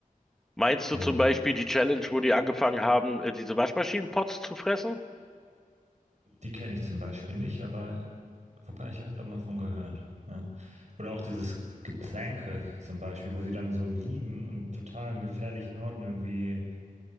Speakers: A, in the centre; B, on the right.
A: Meinst
B: So,
A: du zum Beispiel die Challenge, wo die angefangen haben, äh, diese Waschmaschinenpots zu fressen?
B: die kenne ich zum Beispiel nicht, aber wobei, ich habe da mal von gehört. Ja. Oder auch dieses Geplänke zum Beispiel, wo sie dann so liegen und total in gefährlichen Orten irgendwie